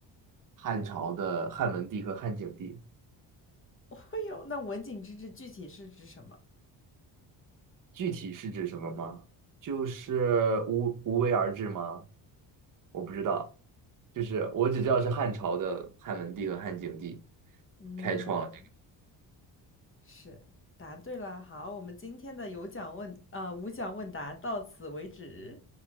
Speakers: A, on the right; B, on the left.
A: 汉朝的汉文帝和汉景帝。
B: <laughs> 哦呦，那文景之治具体是指什么？
A: 具体是指什么吗？就是无无为而治吗？我不知道，就是我只知道是汉朝的汉文帝和汉景帝。
B: 嗯，
A: 开创。
B: 是，答对了。好，我们今天的有奖问，啊，呃无奖问答到此为止。